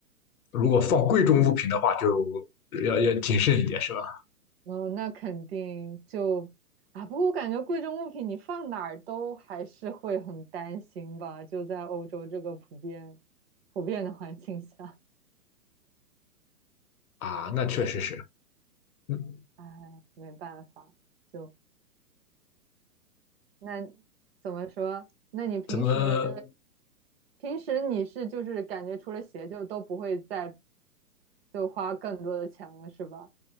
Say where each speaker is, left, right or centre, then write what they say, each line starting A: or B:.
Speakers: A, on the left (about 65°); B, on the right (about 40°).
A: 如果放贵重物品的话，就要要谨慎一点，是吧？
B: 哦，那肯定就啊，不过我感觉贵重物品你放哪儿都还是会很担心吧，就在欧洲这个普遍普遍的环境下，
A: 啊，那确实是。嗯，
B: 唉，没办法，就那怎么说？那你平时
A: 怎么？
B: 平时你是就是感觉除了鞋就都不会再就花更多的钱了是吧？